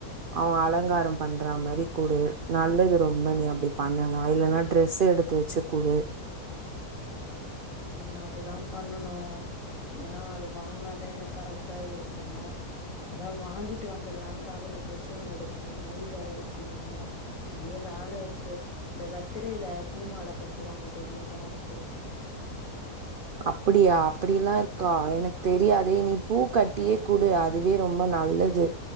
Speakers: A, on the right; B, on the left.
A: அவன் அலங்காரம் பண்றா மாரி குடு நல்லது ரொம்ப நீ அப்டி பண்ணலாம் இல்லன்னா ட்ரெஸ் எடுத் தோச்சி குடு
B: நா அதுதான் பண்ணனும் ஏன்னா அது வாங்கனா தான் எனக்கு கரெக்டா இருக்கும் அதா வாங்கிட்டு வந்துடலான்னு பாக்குற டிரெஸ்சு ஒண்ணு எடுக்கணும் மொய் வேற வெக்கணும் நறைய வேல இருக்கு இந்த வெத்தரையில பூ மால கட்டுவாங்க தெரியும்ல உனக்கு
A: அப்டியா அப்டிலாம் இருக்கா எனக்கு தெரியாதே நீ பூ கட்டியே குடு அ இதுவே ரொம்ப நல்லது